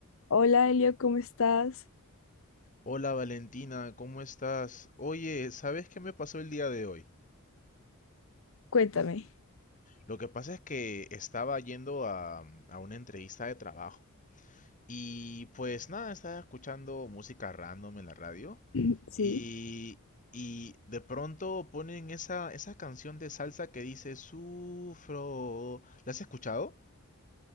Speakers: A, on the left (about 65°); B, on the left (about 35°).
A: Hola Elio, ¿cómo estás?
B: Hola Valentina, ¿cómo estás? Oye, ¿sabes qué me pasó el día de hoy?
A: Cuéntame.
B: Lo que pasa es que estaba yendo a, a una entrevista de trabajo y pues nada, estaba escuchando música random en la radio
A: <clears throat> Sí,
B: y, y de pronto ponen esa, esa canción de salsa que dice Sufro. ¿La has escuchado?